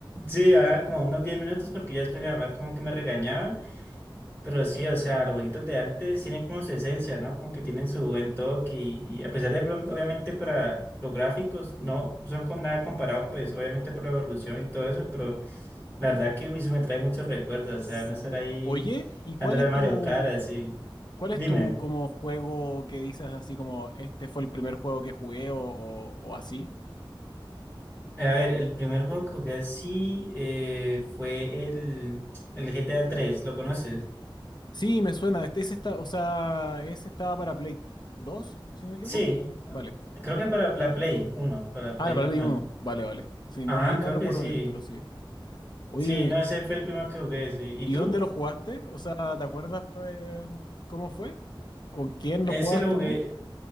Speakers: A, on the left; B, on the left.
A: sí, ajá, como unos 10 minutos, porque ya después mi mamá como que me regañaba, pero sí, o sea, los jueguitos de antes tienen como su esencia, ¿no? Como que tienen su buen toque, y, y a pesar de, pronto, obviamente, para los gráficos, no son con nada comparado, pues, obviamente por la evolución y todo eso, pero la verdad que uy, eso me trae muchos recuerdos,
B: Sí.
A: o sea, no estar ahí
B: Oye, ¿y cuál
A: dándole
B: es
A: al Mario
B: tu,
A: Kart, así,
B: cuál
A: dime.
B: es tu como juego que dices así como este fue el primer juego que jugué o, o- o así?
A: A ver, el primer juego que jugué así eh, fue el, el GTA tres ¿lo conoces?
B: Sí, me suena. Este, ese está, o sea, ese estaba para Play dos, si no me equivoco.
A: Sí, ah,
B: Vale.
A: creo que para la Play uno para
B: Ah,
A: Play
B: para
A: normal.
B: Play uno, Vale, vale. Sí,
A: Ajá,
B: no, ahí no
A: creo
B: recuerdo
A: que sí.
B: bien, pero sí. Oye,
A: Sí, no, ese fue el primero que jugué, sí. ¿Y
B: ¿y
A: tú?
B: dónde lo jugaste? O sea, ¿te acuerdas pues, cómo fue? ¿Con quién
A: Ese
B: lo jugaste,
A: lo jugué,
B: cómo?